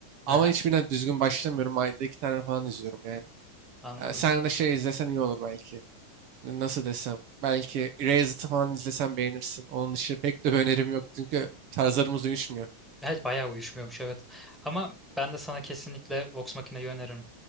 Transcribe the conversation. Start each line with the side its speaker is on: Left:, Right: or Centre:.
Centre: Aha,
Right: Ama hiçbirine düzgün başlamıyorum. Ayda iki tane falan izliyorum yani.
Centre: anladım.
Right: Ee, sen de şey izlesen iyi olur belki. Nasıl desem. Belki Erased falan izlesen beğenirsin. Onun dışı pek de bir önerim yok çünkü tarzlarımız uyuşmuyor.
Centre: Her bayağı uyuşmuyormuş evet. Ama ben de sana kesinlikle Vox makineyi öneririm.